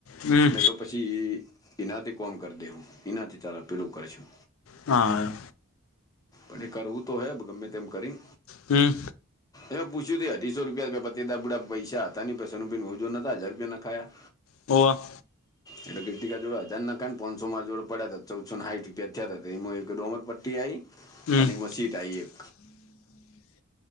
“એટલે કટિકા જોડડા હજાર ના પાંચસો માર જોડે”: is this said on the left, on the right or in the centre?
Left